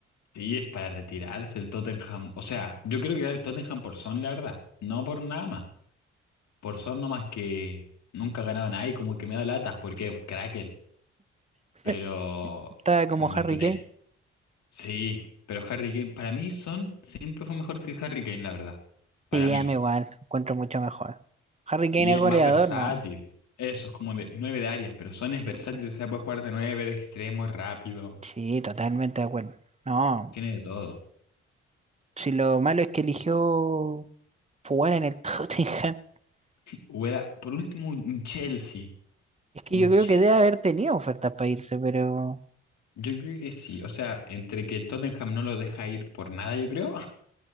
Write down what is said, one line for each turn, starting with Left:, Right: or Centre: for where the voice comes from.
Left: sí, es para retirarse el Tottenham. O sea, yo creo que era el Tottenham por Son, la verdad. No por nada más. por son nomás que nunca ganaban ahí, como que me da latas porque es Crackle,
Right: <laughs>
Left: pero
Right: Estaba como
Left: en
Right: Harry
Left: el United
Right: Kane.
Left: sí, pero Harry Kane para mí son siempre fue mejor que Harry Kane, la verdad. Para
Right: Sí,
Left: mí.
Right: a mí igual, encuentro mucho mejor. Harry Kane
Left: Y
Right: es
Left: es
Right: goleador,
Left: más versátil.
Right: ¿no?
Left: Eso es como de nueve de áreas, pero son es
Right: Sí,
Left: versátil, o sea, puede jugar de nueve, de extremo, rápido,
Right: Sí, totalmente de acuerdo. No,
Left: tiene de todo.
Right: si lo malo es que eligió jugar en el <laughs> Tottenham.
Left: Hubiera, por último, un un Chelsea,
Right: Es que
Left: un
Right: yo creo
Left: Chelsea.
Right: que debe haber tenido ofertas para irse, pero
Left: Yo creo que sí, o sea, entre que el Tottenham no lo deja ir por nada, yo creo,